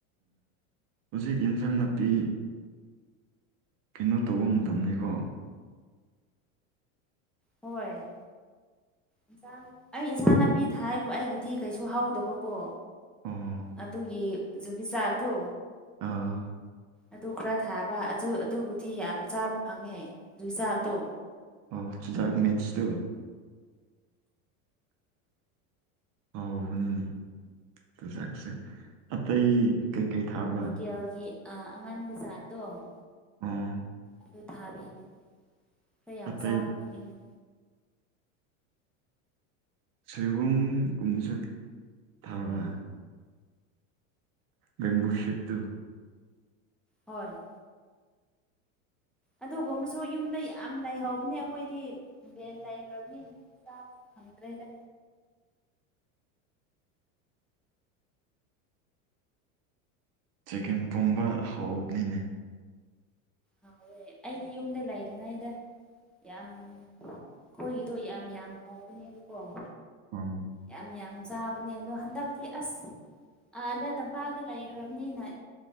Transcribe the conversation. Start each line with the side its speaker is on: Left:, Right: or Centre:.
Right: ꯍꯧꯖꯤꯛ ꯑꯦꯟꯁꯥꯡ ꯅꯥꯄꯤ ꯀꯩꯅꯣ ꯇꯧꯕ ꯃꯇꯝꯅꯤꯀꯣ
Centre: ꯍꯣꯏ ꯏꯟꯁꯥꯡ ꯑꯩ ꯏꯟꯁꯥꯡ ꯅꯥꯄꯤ ꯊ ꯍꯥꯏꯕꯨ ꯑꯩꯒꯤꯗꯤ ꯀꯩꯁꯨ ꯍꯧꯗꯕꯀꯣ
Right: ꯑꯣ
Centre: ꯑꯗꯨꯒꯤ ꯖꯨꯒꯤ ꯆꯥꯛꯗꯣ
Right: ꯑꯥ
Centre: ꯑꯗꯨ ꯈꯔ ꯊꯥꯕ ꯑꯗꯨ ꯑꯗꯨꯕꯨꯗꯤ ꯌꯥꯝ ꯆꯥꯕ ꯐꯪꯉꯦ ꯌꯨꯆꯥꯛꯗꯣ
Right: ꯑꯣ ꯆꯨꯖꯥꯛ ꯃꯦꯠꯁꯇꯣ ꯍꯥꯎꯅꯤꯅꯦ ꯆꯨꯖꯥꯛꯁꯦ ꯑꯇꯩ ꯀꯩꯀꯩ ꯊꯥꯕ꯭ꯔꯥ
Centre: ꯀꯦꯜꯒꯤ ꯑ ꯑꯉꯥꯟꯕꯖꯥꯠꯇꯣ
Right: ꯑꯥ
Centre: ꯑꯗꯨ ꯊꯥꯕꯤꯔ ꯈꯔ ꯌꯥꯝ
Right: ꯑꯇꯩ
Centre: ꯆꯥꯕ ꯐꯪꯉꯦ
Right: ꯁꯣꯏꯕꯝ ꯀꯨꯝꯁꯨ ꯊꯥꯕ ꯕꯝꯕꯨꯁꯠꯇꯨ
Centre: ꯍꯣꯏ ꯑꯗꯨꯒꯨꯝꯕꯁꯨ ꯌꯨꯝꯗ ꯌꯥꯝ ꯂꯩꯍꯧꯕꯅꯦ ꯑꯩꯈꯣꯏꯗꯤ ꯚꯦꯟ ꯂꯩꯈ꯭ꯔꯕꯅꯤ ꯊꯗ꯭ꯔꯦꯗ
Right: ꯆꯀꯦꯝ ꯄꯨꯝꯕ ꯍꯥꯎꯕꯅꯤꯅꯦ
Centre: ꯍꯥꯎꯋꯦ ꯑꯩꯗꯤ ꯌꯨꯝꯗ ꯂꯩꯔꯤꯉꯩꯗ ꯌꯥꯝ ꯑꯩꯈꯣꯏꯒꯤꯗꯣ ꯌꯥꯝ ꯌꯥꯝ ꯍꯥꯎꯕꯅꯦꯕꯀꯣ
Right: ꯎꯝ
Centre: ꯌꯥꯝ ꯌꯥꯝ ꯆꯥꯕꯅꯦ ꯑꯗꯣ ꯍꯟꯗꯛꯇꯤ ꯑꯁ ꯑꯥ ꯑꯗ ꯇꯝꯄꯥꯛꯇ ꯂꯩꯈ꯭ꯔꯕꯅꯤꯅ